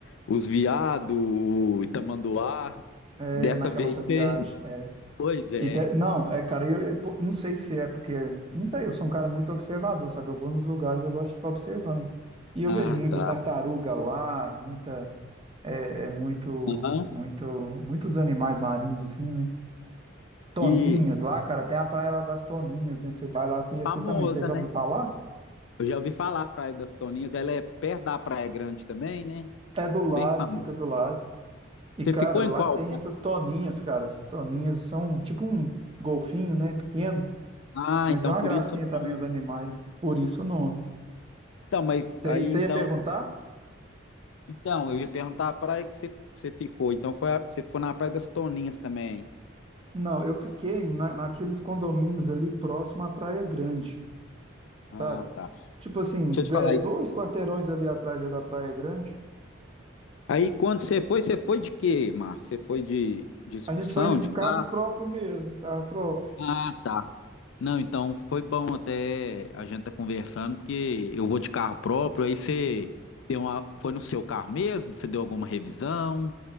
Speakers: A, on the left; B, on the right.
A: os viados, o Itamanduá.
B: é,
A: e Dessa
B: naquela
A: vez
B: outra viagem.
A: você.
B: é.
A: Pois é.
B: E de- Não, é, cara, eu eu- pô, não sei se é porque. Não sei, eu sou um cara muito observador, sabe? Eu vou nos lugares, eu gosto de ficar observando. E eu
A: Ah,
B: vejo muita
A: tá.
B: tartaruga lá, muita. É, é muito.
A: Aham.
B: Muito. Muitos animais marinhos, assim, né? Toninhas
A: E
B: lá, cara, tem a praia lá das Toninhas, né? Você vai lá conhecer
A: famosa,
B: também. Você já
A: né?
B: ouviu falar?
A: Eu já ouvi falar a Praia das Toninhas. Ela é perto da Praia Grande também, né?
B: É do lado,
A: Bem famosa.
B: fica do lado. E,
A: Você
B: cara,
A: ficou
B: lá
A: em qual
B: tem
A: praia?
B: essas toninhas, cara. As toninhas são tipo um golfinho, né? Pequeno.
A: Ah,
B: Mas
A: então
B: é uma
A: por
B: gracinha
A: isso o
B: também
A: nome.
B: os animais. Por isso o nome.
A: Então, mas
B: Você
A: aí
B: você
A: então.
B: ia perguntar?
A: Então, eu ia perguntar a praia que você, que você ficou. Então foi a- você ficou na Praia das Toninhas também.
B: Não, eu fiquei na, naqueles condomínios ali próximo à Praia Grande,
A: Ah,
B: sabe?
A: tá.
B: Tipo assim,
A: Deixa eu
B: de-
A: te falar.
B: dois quarteirões ali atrás é da Praia Grande.
A: Aí quando você foi, você foi de quê, Márcio? Você foi de de excursão,
B: A gente foi em
A: de
B: carro
A: carro?
B: próprio mesmo, carro próprio.
A: Ah, tá. Não, então foi bom até a gente tá conversando, porque eu vou de carro próprio, aí você deu uma, foi no seu carro mesmo? Você deu alguma revisão?